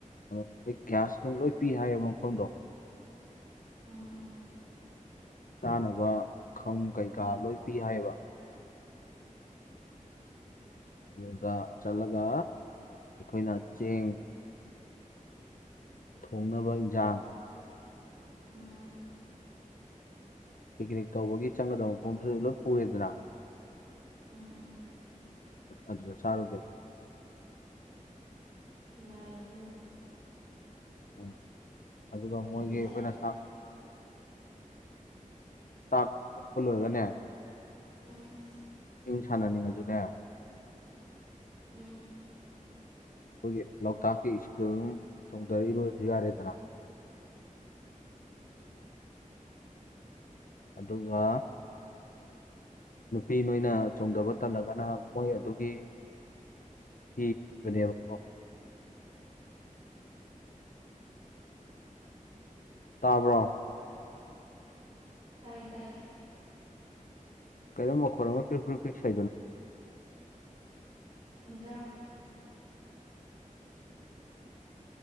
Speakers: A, on the left; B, on the right.
A: ꯑꯣ ꯑꯩꯣꯏ ꯒ꯭ꯌꯥꯁꯇꯅꯨꯡ ꯂꯣꯏ ꯄꯤ ꯍꯥꯏꯌꯦꯕ ꯃꯐꯝꯗꯣ
B: ꯎꯝ
A: ꯆꯥꯅꯕ ꯄꯨꯈꯝ ꯀꯩꯀꯥ ꯂꯣꯏ ꯄꯤ ꯍꯥꯏꯌꯦꯕ
B: ꯑꯗꯨ ꯍꯥꯏꯕ
A: ꯑꯗꯨꯗ ꯆꯠꯂꯒ ꯑꯩꯈꯣꯏꯅ ꯆꯦꯡ ꯊꯣꯡꯅꯕ ꯖ
B: ꯎꯝ
A: ꯄꯤꯛꯅꯤꯛ ꯇꯧꯕꯒꯤ ꯆꯪꯒꯗꯕ ꯃꯐꯝꯗꯨꯁꯨ ꯂꯣꯏ ꯄꯨꯔꯦꯗꯅ
B: ꯎꯝ ꯎꯝ
A: ꯑꯗꯨꯗ ꯆꯥꯔꯨꯗꯦꯕ
B: ꯌꯥꯏꯌꯦ ꯑꯗꯨꯕꯨꯗꯤ
A: ꯎꯝ ꯑꯗꯨꯒ
B: ꯑꯩꯗꯤ
A: ꯃꯣꯏꯒꯤ
B: ꯀꯤꯖꯩ
A: ꯑꯩꯈꯣꯏꯅ ꯆ ꯆꯥꯛ ꯀꯛꯄ ꯂꯣꯏꯒꯅꯦ
B: ꯎꯝ
A: ꯏꯁꯤꯡ ꯁꯥꯟꯅꯅꯤꯡꯉꯁꯨꯅꯦ
B: ꯎꯝ
A: ꯑꯩꯈꯣꯏꯒꯤ ꯂꯣꯛꯇꯥꯛꯀꯤ ꯏꯁꯤꯡꯗ ꯑꯗꯨꯝ ꯆꯣꯡꯊꯔꯏꯔꯣꯏꯁꯨ ꯌꯥꯔꯦꯗꯅ ꯑꯗꯨꯒ ꯅꯨꯄꯤ ꯅꯣꯏꯅ ꯆꯣꯡꯊꯕ ꯇꯜꯂꯒꯅ ꯃꯣꯏ ꯑꯗꯨꯒꯤ ꯍꯤ ꯄꯤꯕꯅꯦꯕꯀꫭ ꯇꯥꯕ꯭ꯔꯣ
B: ꯇꯥꯏꯌꯦ ꯇꯥꯏꯌꯦ
A: ꯀꯩꯅꯣ ꯃꯈꫭꯜ ꯑꯃ ꯄꯔꯤꯛ ꯄꯔꯤꯛ ꯁꯧꯏꯗꯨꯅ
B: ꯏꯟꯖꯥꯡ